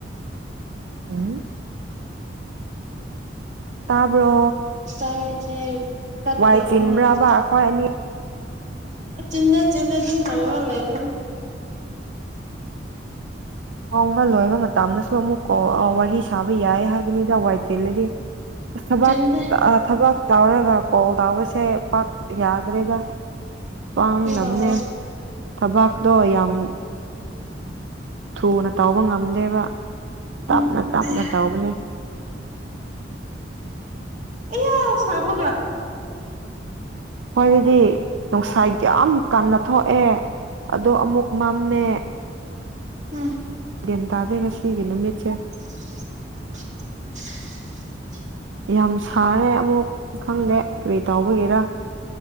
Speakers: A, on the right; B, on the right.
A: ꯎꯝ ꯇꯥꯕ꯭ꯔꯣ
B: ꯇꯥꯏꯌꯦ ꯇꯥꯏꯌꯦ ꯇꯠꯈ꯭ꯔꯕꯥ
A: ꯋꯥꯏ ꯆꯤꯟꯕ꯭ꯔꯕ
B: ꯃꯥꯂꯦ
A: ꯑꯩꯈꯣꯏ ꯑꯅꯤ
B: ꯆꯤꯟꯗꯦ ꯆꯤꯟꯗꯦ ꯑꯗꯨꯝ ꯇꯧꯔꯒ ꯂꯩꯕꯅꯦ
A: ꯊꯣꯡꯕ ꯂꯣꯏꯕ ꯃꯇꯝꯗꯁꯨ ꯑꯃꯨꯛ ꯒꯣꯜ ꯋꯥꯔꯤ ꯁꯥꯕ ꯌꯥꯏ ꯍꯥꯏꯕꯅꯤꯗ ꯋꯥꯏ ꯆꯤꯜꯂꯗꯤ ꯑꯁ ꯊꯕꯥꯛ
B: ꯆꯤꯟꯗꯦ
A: ꯊꯕꯥꯛ ꯇꯧꯔꯒ ꯀꯣꯜ ꯇꯧꯕꯁꯤ ꯄꯥꯛ ꯌꯥꯗ꯭ꯔꯦꯗ ꯄꯥꯡꯗꯝꯅꯦ
B: ꯀꯔꯤ ꯇꯧꯕ꯭ꯔꯥ
A: ꯊꯕꯥꯛꯇꯣ ꯌꯥꯝ ꯊꯨꯅ ꯇꯧꯕ ꯉꯝꯗꯦꯕ ꯇꯞꯅ
B: ꯎꯝ
A: ꯇꯞꯅ
B: ꯑꯩꯌꯥ
A: ꯇꯧꯕꯅꯦ
B: ꯑꯌꯥ ꯁꯕꯒ
A: ꯑꯩꯈꯣꯏꯗꯗꯤ ꯅꯨꯡꯁꯥ ꯌꯥꯝ ꯀꯟꯅ ꯊꯣꯛꯑꯦ ꯑꯗꯣ ꯑꯃꯨꯛ ꯃꯝꯃꯦ
B: ꯎꯝ
A: ꯒ꯭ꯌꯥꯟ ꯇꯥꯗꯦ ꯉꯥꯁꯤꯒꯤ ꯅꯨꯃꯤꯠꯁꯦ
B: <inaudible>
A: ꯌꯥꯝ ꯁꯥꯔꯦ ꯑꯃꯨꯛ ꯈꯪꯗꯦ ꯀꯔꯤ ꯇꯥꯎꯕꯒꯤꯔ